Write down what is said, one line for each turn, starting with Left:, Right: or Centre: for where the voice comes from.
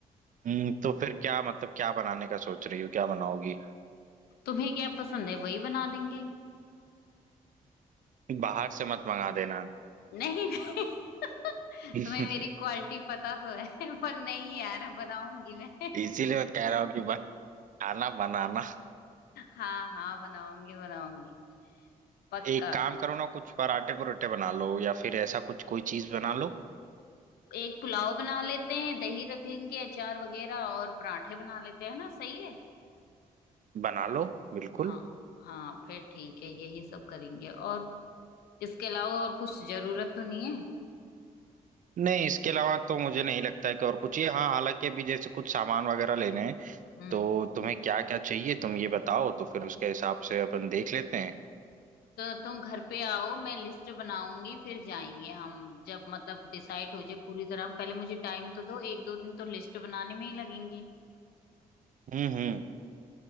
Right: हम्म, तो फिर क्या मतलब क्या बनाने का सोच रही हो क्या बनाओगी
Left: तुम्हें क्या पसंद है वही बना देंगे
Right: बाहर से मत मंगा देना
Left: नहीं नहीं <laughs>
Right: <laughs>
Left: तुम्हें मेरी क्वालिटी पता तो है <laughs> पर नहीं यार बनाऊंगी मैं
Right: इसीलिए मैं कह रहा हूँ कि बस खाना बनाना
Left: हाँ हाँ बनाऊंगी बनाऊंगी पक्का
Right: एक काम करो ना कुछ पराठे परोठे बना लो या फिर ऐसा कुछ कोई चीज बना लो
Left: एक पुलाव बना लेते हैं दही रख लेंगे अचार वगैरह और पराठे बना लेते हैं ना सही है
Right: बना लो बिल्कुल
Left: हाँ हाँ फिर ठीक है यही सब करेंगे और इसके अलावा और कुछ जरूरत तो नहीं है
Right: नहीं इसके अलावा तो मुझे नहीं लगता है कि और कुछ ही हाँ हालांकि अभी जैसे कुछ सामान वगैरह लेने हैं
Left: हम्म
Right: तो तुम्हें क्या क्या चाहिए तुम ये बताओ तो फिर उसके हिसाब से अपन देख लेते हैं
Left: तो तुम घर पे आओ मैं लिस्ट बनाऊंगी फिर जाएंगे हम जब मतलब डिसाइड हो जाए पूरी तरह पहले मुझे टाइम तो दो एक दो दिन तो लिस्ट बनाने में ही लगेंगे
Right: हम्म हम्म